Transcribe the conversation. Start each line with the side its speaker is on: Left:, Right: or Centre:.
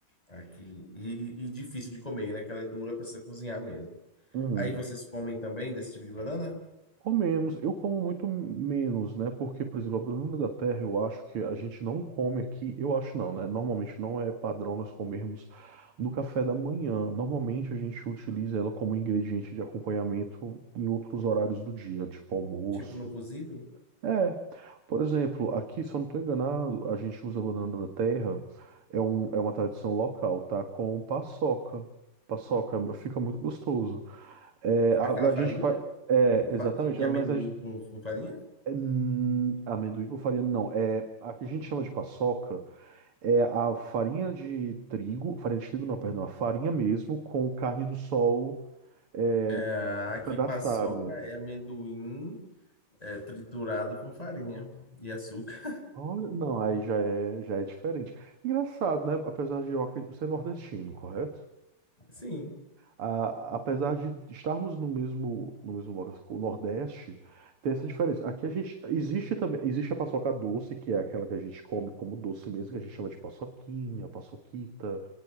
Left: Aqui. E, e difícil de comer, né? Que ela é dura, precisa cozinhar mesmo.
Right: Uhum.
Left: Aí vocês comem também desse tipo de banana?
Right: Comemos. Eu como muito menos, né? Porque, por exemplo, a banana da terra, eu acho que a gente não come aqui. Eu acho não, né? Normalmente não é padrão nós comermos no café da manhã. Normalmente a gente utiliza ela como ingrediente de acompanhamento em outros horários do dia, tipo almoço.
Left: Tipo no cozido?
Right: É, por exemplo, aqui, se eu não estou enganado, a gente usa a banana da terra, é, um, é uma tradição local, tá? Com paçoca. Paçoca é, fica muito gostoso. É, a,
Left: Aquela
Right: a
Left: farinha?
Right: gente faz. É, exatamente,
Left: Pa- De, de
Right: Ah,
Left: amendoim
Right: mas a gente.
Left: com, com farinha?
Right: É, hum, amendoim com farinha, não. É, a que a gente chama de paçoca é a farinha de trigo, farinha de trigo não, perdão, a farinha mesmo com carne do sol é,
Left: Ah, aqui
Right: pedaçada.
Left: paçoca é amendoim é, triturado com farinha e açúcar.
Right: Olha, não, aí já é, já é diferente. Engraçado, né? Apesar de Oca ser nordestino, correto?
Left: Sim,
Right: A- apesar de estarmos no mesmo, no mesmo lugar, o Nordeste, tem essa diferença. Aqui a gente, existe também, existe a paçoca doce, que é aquela que a gente come como doce mesmo, que a gente chama de paçoquinha, paçoquita,